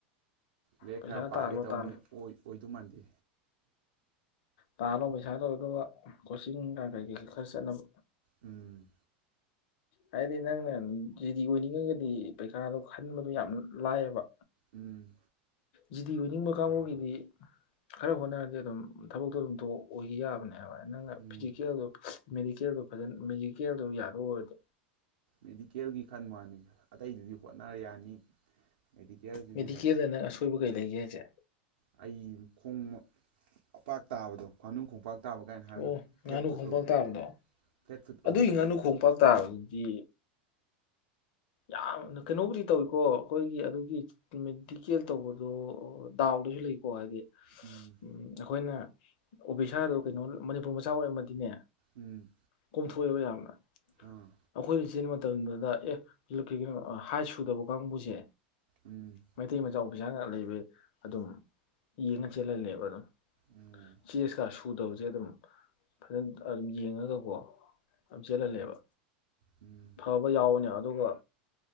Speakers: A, on the right (about 80°); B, on the left (about 65°).
A: ꯂꯦꯛ
B: ꯄꯩꯁꯥ
A: ꯈꯔ ꯄꯥꯒꯦ
B: ꯇꯥꯜꯂꯣ
A: ꯇꯧꯅꯤ
B: ꯇꯥꯜꯂꯣ
A: ꯑꯣꯏꯗꯃꯥꯟꯗꯦ
B: ꯇꯥꯜꯂꯣ ꯄꯩꯁꯥ ꯇꯧꯋ ꯑꯗꯨꯒ ꯀꯣꯆꯤꯡ ꯀ ꯀꯩꯀꯩꯁꯨ ꯈꯔ ꯆꯠꯅꯕ
A: ꯎꯝ
B: ꯍꯥꯏꯗꯤ ꯅꯪꯅ ꯖꯤ ꯗꯤ ꯑꯣꯏꯅꯤꯡꯉꯒꯗꯤ ꯄꯩꯈꯥꯗꯣ ꯈꯟꯕꯗꯣ ꯌꯥꯝ ꯂꯥꯏꯑꯕ
A: ꯎꯝ
B: ꯖꯤꯗꯤ ꯑꯣꯏꯅꯤꯡꯕ ꯀꯥꯡꯕꯨꯒꯤꯗꯤ ꯈꯔ ꯍꯣꯠꯅꯔꯗꯤ ꯑꯗꯨꯝ ꯊꯕꯛꯇꯣ ꯑꯗꯨꯝꯑꯣ ꯑꯣꯏꯈꯤ ꯌꯥꯕꯅꯦꯕ ꯅꯪꯅ
A: ꯎꯝ
B: ꯐꯤꯖꯤꯀꯦꯜꯗꯣ ꯃꯦꯗꯤꯀꯦꯜꯗꯣ ꯐꯖꯅ ꯃꯦꯖꯤꯀꯦꯜꯗꯣ ꯌꯥꯗꯧ ꯑꯣꯏꯔꯗꯣ
A: ꯃꯦꯗꯤꯀꯦꯜꯒꯤ ꯈꯟ ꯃꯥꯅꯤ ꯑꯇꯩꯗꯨꯗꯤ ꯍꯣꯠꯅꯔ ꯌꯥꯅꯤ ꯃꯦꯗꯤꯀꯦꯜꯁꯤꯗꯤ
B: ꯃꯤꯗꯤꯤꯀꯦꯗꯅ ꯑꯁꯣꯏꯕ ꯀꯩ ꯂꯩꯒꯦ ꯍꯥꯏꯁꯦ
A: ꯑꯩ ꯈꯣꯡ ꯑꯄꯥꯛ ꯇꯥꯕꯗꯣ ꯐꯥꯅꯨ ꯈꯣꯡꯄꯥꯛ ꯇꯥꯕ ꯀꯥꯏꯅ ꯍꯥꯏꯕꯗꯣ
B: ꯑꯣ ꯉꯥꯅꯨ
A: ꯐ꯭ꯂꯦꯠ ꯐꯨꯠ
B: ꯈꯣꯡꯄꯥꯛ
A: ꯑꯣꯏꯕꯗꯣ
B: ꯇꯥꯕꯗꯣ
A: ꯐ꯭ꯂꯦꯠ ꯐꯨꯠ
B: ꯑꯗꯨꯒꯤ
A: ꯑꯣꯏꯕꯗꯣ
B: ꯉꯥꯅꯨ ꯈꯣꯡꯄꯥꯛ ꯇꯥꯕꯗꯨꯗꯤ ꯌꯥꯝꯅ ꯀꯩꯅꯣꯕꯨꯗꯤ ꯇꯧꯏꯀꯣ ꯑꯩꯈꯣꯏꯒꯤ ꯑꯗꯨꯒꯤ ꯃꯦꯗꯤꯀꯦꯜ ꯇꯧꯕꯗꯣ ꯗꯥꯎꯗꯁꯨ ꯂꯩꯀꯣ ꯍꯥꯏꯗꯤ
A: ꯎꯝ
B: ꯎꯝ ꯑꯩꯈꯣꯏꯅ ꯑꯣꯕꯤꯁꯥꯗꯨ ꯀꯩꯅꯣ ꯃꯅꯤꯄꯨꯔ ꯃꯆꯥ ꯑꯣꯏꯔꯝꯃꯗꯤꯅꯦ
A: ꯎꯝ
B: ꯀꯣꯝꯊꯣꯛꯑꯦꯕ ꯌꯥꯝꯅ
A: ꯑꯥ
B: ꯑꯩꯈꯣꯏꯅ ꯆꯦꯟꯕ ꯃꯇꯝꯗꯨꯗ ꯑꯦ ꯀꯣ ꯍꯥꯏ ꯁꯨꯗꯕ ꯀꯥꯡꯕꯨꯁꯦ
A: ꯎꯝ
B: ꯃꯩꯇꯩ ꯃꯆꯥꯎ ꯄꯁꯥꯅ ꯂꯩꯕ ꯑꯗꯨꯝ ꯌꯦꯡꯉ ꯆꯦꯜꯍꯜꯂꯦꯕ ꯑꯗꯨꯝ
A: ꯎꯝ
B: ꯆꯦꯁꯀ ꯁꯨꯗꯕꯁꯦ ꯑꯗꯨꯝ ꯐꯖꯅ ꯑꯗꯨꯝ ꯌꯦꯡꯉꯒꯀꯣ ꯌꯥꯝ ꯆꯦꯜꯍꯜꯂꯦꯕ
A: ꯎꯝ
B: ꯐꯕ ꯌꯥꯎꯋꯅꯦ ꯑꯗꯨꯒ